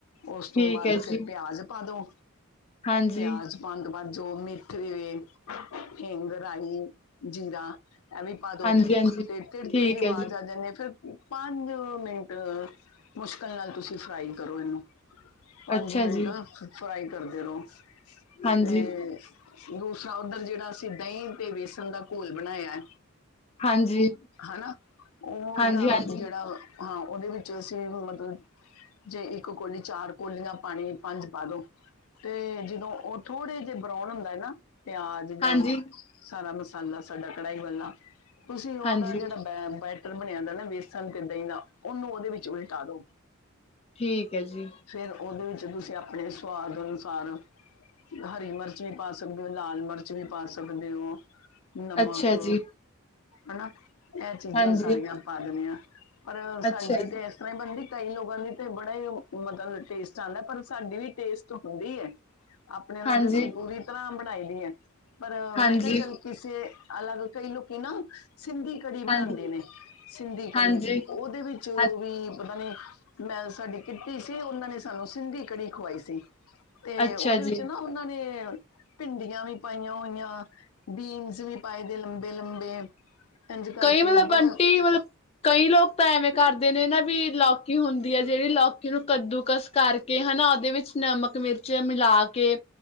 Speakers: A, on the left; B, on the left.
A: ਓਸ ਤੋਂ
B: ਠੀਕ
A: ਬਾਦ
B: ਹੈ
A: ਫੇਰ
B: ਜੀ।
A: ਪੇਆਜ ਪਾ ਦੋ,
B: ਹਾਂਜੀ,
A: ਪੇਆਜ ਪਾਨ ਤੋਂ ਬਾਦ ਜੋ ਮਿ <unintelligible> ਹਿਂਗ, ਰਾਈ, ਜੀਰਾ ਐਂਵੀ ਪਾ ਦੋ
B: ਹਾਂਜੀ-ਹਾਂਜੀ
A: ਤੇ ਤੇੜ-ਤੇੜ
B: ਠੀਕ
A: ਦੀ
B: ਹੈ
A: ਵਾਜ
B: ਜੀ,
A: ਆ ਜਾਂਨੀ ਐ ਫੇਰ ਪਾੰਜ ਮਿੰਟ ਮੁਸ਼ਕਲ ਨਾਲ ਤੂਸੀ ਫ੍ਰਾਈ ਕਰੋ ਏਨੂੰ ਪਾੰਜ
B: ਅੱਛਾ
A: ਮਿੰਟ
B: ਜੀ,
A: ਫ੍ਰਾਈ ਕਰਦੇ ਰੋ
B: ਹਾਂਜੀ,
A: ਤੇ ਦੂਸ ਜਾ ਓਧਰ ਜੇੜਾ ਅਸੀ ਦਈਂ ਤੇ ਵੇਸਨ ਦਾ ਘੋਲ ਬਨਾਏਐ
B: ਹਾਂਜੀ,
A: ਹਨਾ, ਓ ਓਦਾ
B: ਹਾਂਜੀ-ਹਾਂਜੀ,
A: ਜੜਾ ਹਾਂ ਓਦੇ ਵਿੱਚ ਅਸੀ ਵੀ ਮਤਲ ਜੇ ਇੱਕ ਕੋਲੀ, ਚਾਰ ਕੋਲੀਆਂ ਪਾਣੀ, ਪਾੰਜ ਪਾ ਦੋ ਤੇ ਜਦੋਂ ਓ ਥੋੜੇ ਜੇ ਬਰੋਨ ਹੁੰਦੈ ਨਾ, ਪੇਆਜ ਦਾ
B: ਹਾਂਜੀ, ਹਾਂਜੀ
A: ਸਾਰਾ ਮਸਾਲਾ ਸਾਡਾ ਕੜਾਈ ਵਾਲਾ ਤੂਸੀ ਓਦਾ
B: ਹਾਂਜੀ
A: ਜੜਾ ਬੈ, ਬੈ ਟਰ ਬਨੇਆ ਦਾ ਨਾ ਵੇਸਨ ਤੇ ਦਈਂ ਦਾ, ਓਨੂੰ ਓਦੇ ਵਿਚ ਉਲਟਾ ਦੋ।
B: ਠੀਕ ਐ ਜੀ।
A: ਫੇਰ ਓਦੇ ਵੇੱਚ ਤੂਸੀ ਆਪਣੇ ਸਵਾਦ ਅਨੁਸਾਰ ਹਰੀ ਮਰਚ ਵੀ ਪਾ ਸਕ ਦੇ ਓ, ਲਾਲ ਮਰਚ ਵੀ ਪਾ ਸਕਦੇ ਓ, ਨਮਕ
B: ਅੱਛਾ ਜੀ,
A: ਹਨਾ ਐ ਚੀਜਾਂ
B: ਹਾਂਜੀ,
A: ਸਾਰੀਆਂ ਪਾ ਦੇਨਿਐ ਪਰ
B: ਅੱਛਾ
A: ਸਾਡੀ
B: ਜੀ,
A: ਤੇ ਕਈ ਬੰਦੀ ਕਈ ਲੋਗਾਂ ਦੀ ਤੇ ਬੜਾ ਈ ਮ ਮਤਲ ਟੇਸਟ ਆਂਦੈ ਪਰ ਸਾਡੀ ਵੀ ਟੇਸਟ ਹੁੰਦੀ ਐ ਆਪਣੇ ਅਲੋ
B: ਹਾਂਜੀ,
A: ਤੇ ਅਸੀ ਪੂਰੀ ਤਰਾਂ ਬਨਾਈ ਦੀ ਐ ਪਰ
B: ਹਾਂਜੀ,
A: ਮੈਂ ਕੇਆ ਚਲ ਕਿਸੇ ਅਲਗ, ਕਈ ਲੋਕੀ ਨਾ ਸਿੰਧੀ ਕੜੀ ਬਣਾਂਦੇ
B: ਹਾਂਜੀ,
A: ਨੇ, ਸਿੰਧੀ ਕੜੀ
B: ਹਾਂਜੀ,
A: ਓਦੇ ਵਿੱਚ
B: ਅ-
A: ਵੀ ਪਤਾ ਨੀ ਮੈਂ ਸਾਡੀ ਕਿੱਟੀ ਸੀ, ਉਹਨਾਂ ਨੇਂ ਸਾਨੂੰ ਸਿੰਧੀ ਕੜੀ ਖਵਾਈ ਸੀ। ਤੇ
B: ਅੱਛਾ
A: ਓਦੇ
B: ਜੀ।
A: ਵਿੱਚ ਨਾਂ ਓ ਨਾਂ ਨੇਂ ਭਿੰਡੀਆਂ ਵੀ ਪਾਈਆਂ ਹੋਈਆਂ, ਬੀਨਸ ਵੀ ਪਾਏ ਵੇ ਲੰਬੇ-ਲੰਬੇ ਐਂਜ ਕਰਕੇ
B: ਕਈ ਮਤਲਬ
A: ਬੜਾ
B: ਆਂਟੀ ਮਤਲਬ ਕਈ ਲੋਕ ਤਾਂ ਐਵੇਂ ਕਰਦੇ ਨੇਂ ਨਾਂ ਵੀ, ਲੌਕੀ ਹੁੰਦੀ ਐ ਜੜੀ, ਲੌਕੀ ਨੂੰ ਕੱਦੂ-ਕਸ ਕਰਕੇ ਹਨਾ ਓਦੇ ਵਿੱਚ ਨਮਕ, ਮਿਰਚ ਮਿਲਾ ਕੇ